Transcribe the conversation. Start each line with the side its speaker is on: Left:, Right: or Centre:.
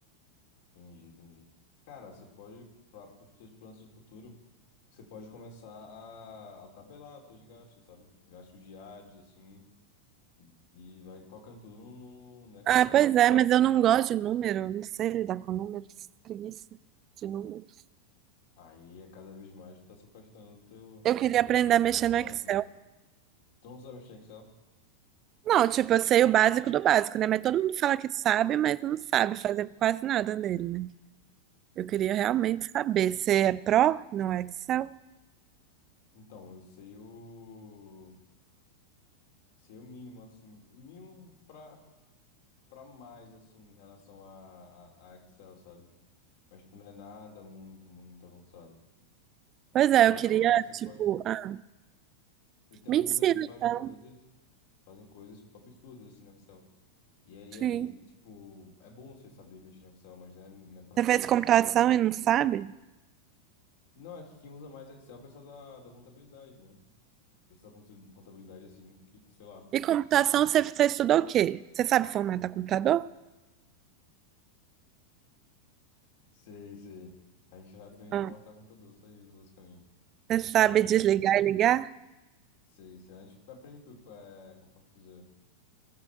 Left: Entendi, entendi. Cara, você pode, para os seus planos do futuro, você pode começar a, a tabelar seus gastos, sabe? Gastos diários, assim, e vai colocando tudo no, no- no Excel.
Right: Ah, pois é, mas eu não gosto de número, não sei lidar com números, preguiça de números.
Left: Aí, é cada vez mais, tu tá se afastando do teu,
Right: Eu queria aprender a mexer
Left: do teu plano,
Right: no Excel.
Left: sabe? Tu não sabe mexer em Excel?
Right: Não, tipo, eu sei o básico do básico, né? Mas todo mundo fala que sabe, mas não sabe fazer quase nada nele, né? Eu queria realmente
Left: Sim.
Right: saber. Você é pró no Excel?
Left: Então, eu sei o... Sei o mínimo, assim, o mínimo pra, pra mais, assim, em relação a, a, a Excel, sabe? Mas, tipo, não é nada muito, muito avançado.
Right: Pois
Left: Mas
Right: é,
Left: é legal,
Right: eu queria,
Left: cara. Você
Right: tipo,
Left: pode.
Right: ah,
Left: Eu tenho
Right: me
Left: amigos
Right: ensina
Left: assim que fazem
Right: então.
Left: coisas, fazem coisas tipo, absurdas assim no Excel. E é, e
Right: Sim.
Left: é- e, tipo, é bom você saber mexer no Excel, mas não é, não é pra
Right: Você
Left: mim
Right: fez
Left: não,
Right: computação
Left: sabe? Você...
Right: e não sabe?
Left: Não, é que quem usa mais Excel é o pessoal da, da contabilidade, né? Pessoal da conta- contabilidade assim, que, sei lá,
Right: E computação, você, você estudou o quê? Você sabe formatar computador?
Left: sei, sei. A gente vai aprender
Right: Ah,
Left: a formatar computador, só isso, basicamente.
Right: você sabe
Left: Não,
Right: desligar
Left: gente,
Right: e ligar?
Left: sei, sei. A gente aprende, tipo, é, como posso dizer?